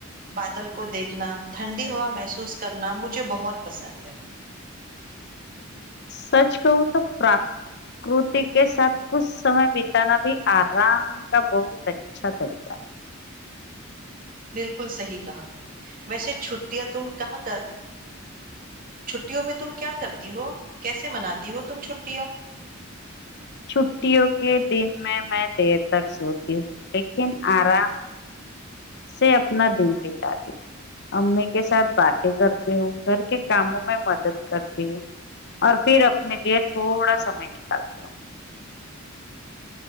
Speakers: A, on the right; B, on the left.
A: بادل کو دیکھنا ٹھنڈی ہوا محسوس کرنا مجھے بہت پسند ہے
B: سچ کہو تو پراکرتی کے ساتھ کچھ سمے بتانا بھی آرام کا بہت اچھا طریقہ ہے <unintelligible>
A: بالکل صحیح کہا ویسے چھٹیاں تم کہاں کر چھٹیوں میں تم کیا کرتی ہو کیسے مناتی ہو تم چھٹیاں
B: چھٹیوں کے دن میں میں د <unintelligible> تک سوتی ہو لیکن <unintelligible> آرام <unintelligible> سے اپنا دن بتای ہ امی کے ساتھ باتیں کرتی ہ گھر کے کاموں میں مدد کرتی ہو اور پھر اپنے لیے تھوڑا سمئے نکالتے ہو <unintelligible>